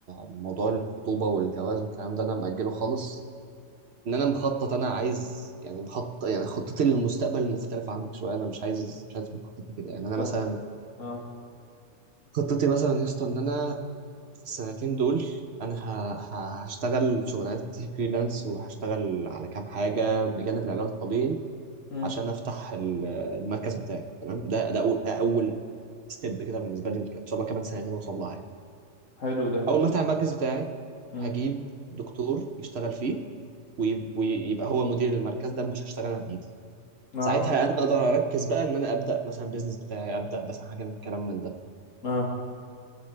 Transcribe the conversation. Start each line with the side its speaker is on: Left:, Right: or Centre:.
Right: موضوع الخطوبه والجواز والكلام ده انا مأجله خالص ان انا مخطط انا عايز يعني مخطط يعني خطتي للمستقبل مختلفه عنك شويه انا مش عايز مش عايز تكون خطتي كده
Left: أنت-
Right: يعني انا مثلا
Left: اه
Right: خطتي مثلا يا اسطى ان انا في السنتين دول انا ه- ه- هشتغل شغلانات كتير فريلانس وهشتغل على كام حاجه بجانب العلاج الطبيعي
Left: امم
Right: عشان افتح ال- المركز بتاعي تمام ده ده اول ده اول ستيب كده بالنسبه لي ان شاء الله كمان سنتين اوصل لها يعني.
Left: حلو ده
Right: اول ما افتح المركز بتاعي
Left: امم
Right: هجيب دكتور يشتغل فيه ويب- ويبقى هو مدير المركز ده مش هشتغل انا بايدي
Left: امم
Right: ساعتها انا اقدر اركز بقى ان انا ابدا مثلا بيزنس بتاعي ابدا مثلا حاجه من الكلام من ده
Left: اه